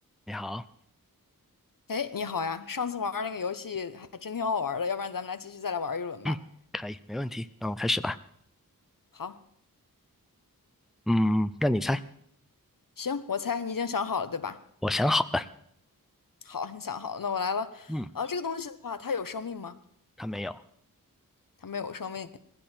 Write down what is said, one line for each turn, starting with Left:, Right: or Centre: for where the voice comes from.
Centre: 你好，
Left: 哎，你好呀！上次玩儿那个游戏还真挺好玩儿的，要不然咱们来继续再来玩儿一轮吧。
Centre: <clears throat> 嗯，可以，没问题，那我们开始吧。
Left: 好，
Centre: 嗯，那你猜，
Left: 行，我猜你已经想好了，对吧？
Centre: 我想好了。
Left: 好，你想好了，那我来了。
Centre: 嗯，
Left: 啊，这个东西的话，它有生命吗？
Centre: 他没有，
Left: 它没有生命。